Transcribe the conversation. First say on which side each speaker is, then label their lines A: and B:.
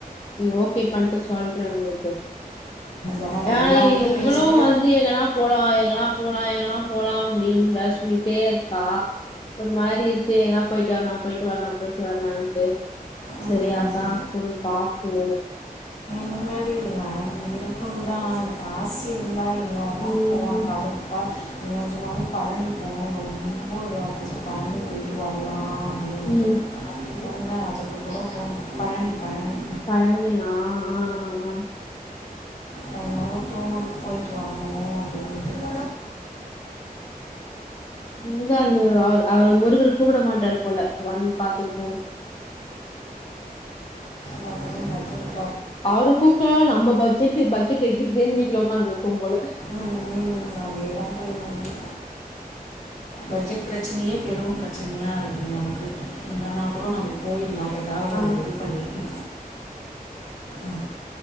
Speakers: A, on the left; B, on the left.
A: நீங்க ஓகே பண்ட்டு சொல்றே உங்ளுக்கு
B: ஏன்னா எல்லாருக்கிட்டையும்
A: ஆ இவ்வளவு
B: பேசிட்டு
A: வந்து லீவ்லனா போலா எங்கனா போலா எங்கனா போலா அப்டின்பே சொல்லிட்டே இர்ப்பா மாரி இருக்கு எங்கனா போய்ட்டு வர்லா போய்ட்டு வர்லா போய்ட்டு வர்லான்ட்டு சரியாதா
B: ம், ம், ம்,
A: போய் பாப்பு
B: முன்னாடி அ இருக்குந்தா காசி இருந்தா எங்க வேணாப்
A: ம்,
B: போலாங் கடுப்பா என் நெஜமாவேப் பழனி போனு ரொம்ப ஒரு <unintelligible> பழனிப் போயிட்டு வர்லா டினிட்டு
A: ம்.
B: எங்க அதுக்கு கூட போம் பழனி பழனி
A: பழனி ஆ ஆ ஆ
B: போனோ தோணுது போயிட்டு வர்ணு அப்டினிட்டு <inaudible>
A: எங்க அந்த அவ அவர் முருகர் கூப்பிட மாட்டாரு போல வந்து பாத்துட்டு போனு
B: ம் பாத்துகோம் <inaudible>
A: அவரு பூக்க நம்ம பட்ஜெட்டு பட்ஜெட்டு எகுருதேன்னு வீட்ல உக்காந்து இருப்போ போல
B: ம் ம் அதேதாம் போயனருந்து பட்ஜெட் பிரச்சனையே பெரும் பிரச்சனையா இருக்கு நமக்கு இல்லன்னா கூட நம்ம போயில்லா ஏதாது
A: ஆ
B: ஒன்னு ரெடி பண்ணிட்டு ம்